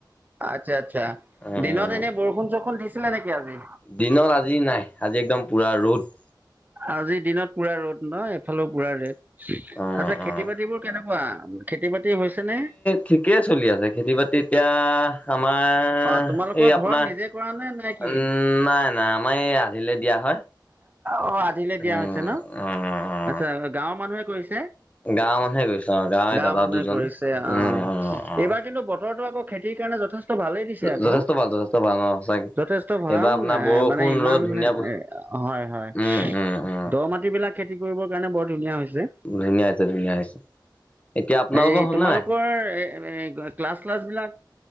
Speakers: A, on the right (about 20°); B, on the left (about 15°).
A: আচ্ছা আচ্ছা
B: উম
A: দিনত এনে বৰষুণ চৰষুণ দিছিলে নেকি আজি।
B: দিনত আজি নাই, আজি একদম পুৰা ৰ'দ।
A: আজিৰ দিনত পুৰা ৰ'দ। নহয় এফালে পুৰা ৰ'দ আচ্ছা
B: উম উম
A: খেতি বাতিবোৰ কেনেকুৱা খেতি বাতি হৈছে নে?
B: ঠিকেই চলি আছে খেতি বাতি এতিয়া আমাৰ
A: অ তোমালোকৰ
B: এ, এই আপোনাৰ
A: ঘৰত নিজে কৰা নে নে কি
B: উম' নাই নাই আমাৰ এই আধিলৈ দিয়া হয়।
A: অ' আধিলৈ দিয়া
B: উম
A: হৈছে ন,
B: উম
A: আচ্ছা গাঁৱৰ মানুহে কৰিছে।
B: গাঁৱৰ মানুহে গৈছে অ গাঁৱৰ
A: গাঁও
B: দাদা
A: মানুহে
B: দুজনে
A: কৰিছে আহ'
B: উম উম উম
A: এইবাৰ কিন্তু বতৰতো আকৌ খেতি সেইকাৰণে যথেষ্ট ভালেই। আকৌ'
B: যথেষ্ট ভাল যথেষ্ট ভাল অ সঁচাকে
A: যথেষ্ট ভাল
B: এইবাৰ আপোনাৰ
A: এ
B: বৰষুণ
A: মানে ইমান
B: ৰ'দ ধুনীয়া
A: হয় হয়
B: উম উম উম
A: দ মাটি বিলাক খেতি কৰিবৰ কাৰণে বৰ ধুনীয়া হৈছে।
B: ধুনীয়া হৈছে ধুনীয়া হৈছে এতিয়া আপোনালোকৰ
A: এই
B: হ'লনে
A: তোমালোকৰ
B: নাই
A: এই ক্লাছ চিলাছ বিলাক